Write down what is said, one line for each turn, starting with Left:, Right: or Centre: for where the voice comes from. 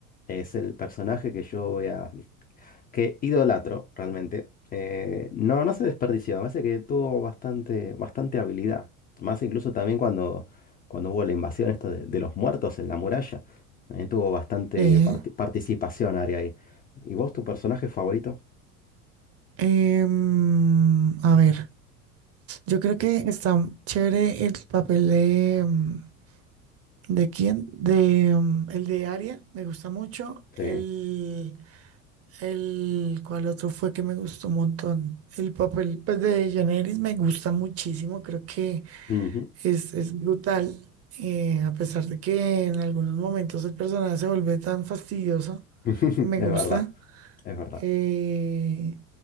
Left: es el personaje que yo voy a que idolatro realmente, eh, no, no se desperdició. Me parece que tuvo bastante, bastante habilidad. Más incluso también cuando, cuando hubo la invasión esto de, de los muertos en la muralla. También tuvo bastante
Right: Sí.
Left: parti- participación Aria ahí. ¿Y vos, tu personaje favorito?
Right: Em, a ver, yo creo que está chévere el papel de... mm, ¿De quién? De, mm, el de Aria, me gusta mucho.
Left: Sí.
Right: El, El cual otro fue que me gustó un montón. El papel pues, de Janeris me gusta muchísimo, creo que
Left: Ujú.
Right: es, es brutal, eh, a pesar de que en algunos momentos el personaje se vuelve tan fastidioso,
Left: <laughs>
Right: me
Left: Es
Right: gusta.
Left: verdad. Es verdad.
Right: Eh,